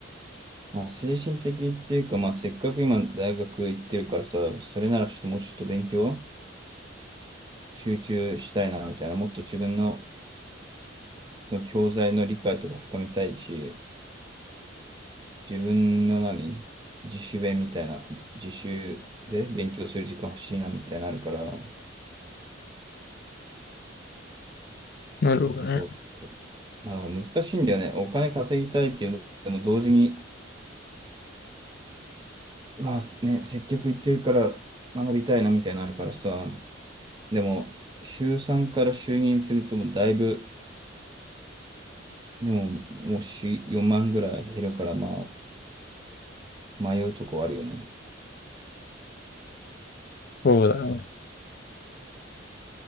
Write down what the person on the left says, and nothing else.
なるほどね。
そうだね。